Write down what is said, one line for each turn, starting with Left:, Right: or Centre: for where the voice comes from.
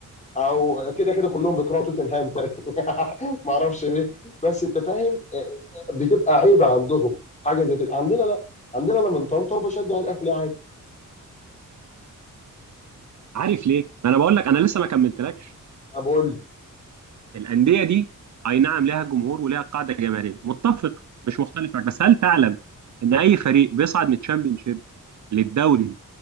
Left: او كده كده كلهم بيكرهوا توتنهام تقريبا <laughs> ما اعرفش ليه بس انت فاهم إيه، بتبقى عيبه عندهم حاجه زي كده عندنا لا عندنا انا من طنطا وبشجع الاهلي عادي
Right: عارف ليه؟ ما انا بقول لك انا لسه ما كملتلكش
Left: بقول
Right: الانديه دي اي نعم لها جمهور ولها قاعده جماهيريه متفق مش مختلف معك بس هل تعلم ان اي فريق بيصعد من الشامبيونشيب للدوري